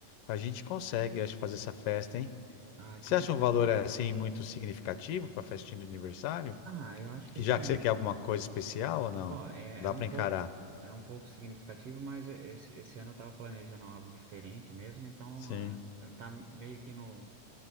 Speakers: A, on the left (about 80°); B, on the right (about 70°).
A: a gente consegue, acho, fazer essa festa, hein?
B: Ah,
A: Você
B: que legal.
A: acha um valor, assim, muito significativo para festinha de aniversário?
B: Ah, eu acho que
A: Que
B: assim,
A: já que você quer alguma coisa especial ou não?
B: Ó, é,
A: Dá
B: é um
A: para encarar.
B: pouco, é um pouco significativo, mas esse, esse ano eu estava planejando algo diferente mesmo, então
A: Sim,
B: ah, tá meio que no,